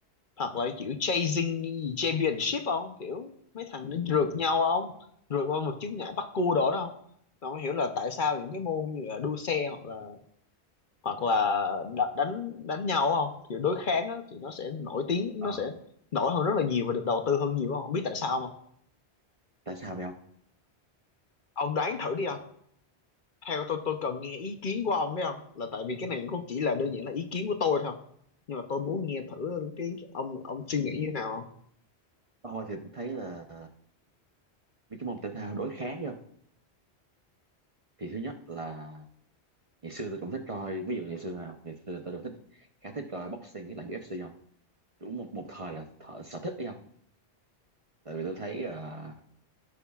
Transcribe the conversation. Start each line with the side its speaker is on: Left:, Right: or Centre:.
Left: hoặc là kiểu chasing championship không kiểu mấy thằng nó rượt nhau không rượt qua một chướng ngại bắt cua đồ đó không Tôi không hiểu là tại sao những cái môn như là đua xe hoặc là hoặc là đá- đánh đánh nhau không kiểu đối kháng á thì nó sẽ nổi tiếng nó
Right: Ờ,
Left: sẽ nổi hơn rất là nhiều và được đầu tư hơn nhiều không, không biết tại sao không
Right: tại sao vậy không?
Left: ông đoán thử đi theo tôi tôi cần nghe ý kiến của ông đấy không là tại vì cái này cũng chỉ là đơn giản là ý kiến của tôi thôi nhưng mà tôi muốn nghe thử cái ông ông suy nghĩ như thế nào không
Right: Tôi thì tôi thấy là mấy cái môn thể thao đối kháng không? Thì thứ nhất là ngày xưa tôi cũng thích coi, ví dụ ngày xưa không? Ngày xưa tôi cũng thích, khá thích coi boxing với lại UFC không? Đúng một, một thời là thợ, sở thích đi không? Tại vì tôi thấy ờ,